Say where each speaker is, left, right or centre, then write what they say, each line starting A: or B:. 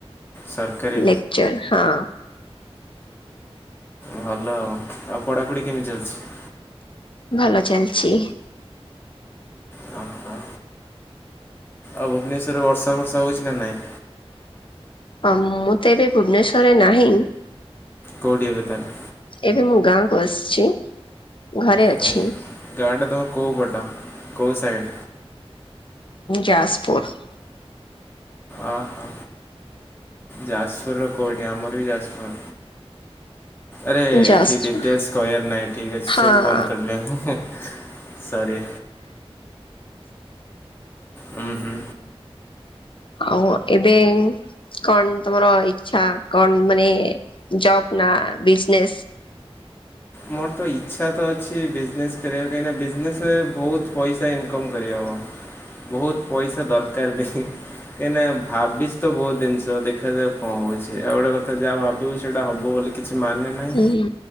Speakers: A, on the left (about 20°); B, on the left (about 55°).
A: ସରକାରୀ
B: ଲେକ୍ଚର ହଁ
A: ଭଲ ଆଉ ଆଉ ପଢାପଢି କେମିତି ଚାଲିଛି।
B: ଭଲ ଚାଲିଛି
A: ତା ତା - ଆଉ ଭୁବନେଶ୍ୱରରେ ବର୍ଷା ବର୍ଷା ହେଉଛି ନା ନାହିଁ
B: ହଁ ମୁଁ ତ ଏବେ ଭୁବନେଶ୍ୱରରେ ନାହିଁ।
A: କଉଠି ଏବେ ତାହେଲେ
B: ଏବେ ମୁଁ ଗାଁକୁ ଆସିଛି ଘରେ ଅଛି।
A: ତମ ଗାଁଟା ତମ କଉ ପଟ କଉ ସାଇଡ଼୍?
B: ଯାଜପୁର
A: ଓହୋ ଯାଜପୁର ର କୋଉଠି ଆମର ବି ଯାଜପୁର। ଆରେ ଏଇଠି
B: ଯାଜପୁର
A: ଡିଟେଲସ କହିବାର ନାହିଁ ଠିକ୍ ଅଛି
B: ହଁ
A: ସେଟୁ ବନ୍ଦ କରିଲେ। ସରି। ହୁଁ ହୁଁ।
B: ଆଉ ଏବେ କଣ ତମର ଇଛା କଣ ମାନେ ଜବ ନା ବିଜନେସ
A: ମୋର ତ ଇଚ୍ଛା ତ ଅଛି ବିଜନେସ୍ କରିବାକୁ କାହିଁକିନା ବିଜନେସ ବହୁତ ପଇସା ଇନକମ୍ କରିହବ।
B: <unintelligible>
A: ବହୁତ ପଇସା ଦରକାର ବି କାହିଁକିନା ଭାବିଚି ତ ବହୁତ ଜିନିଷ ଦେଖାଯାାଉ କଣ ହଉଛି ଆଉ ଗୋଟେ କଥା ଯାହା ଭାବିବୁ ସେଇଟା ହବ ବୋଲି କିଛି ମାନେ ନାହିଁ
B: ହୁଁ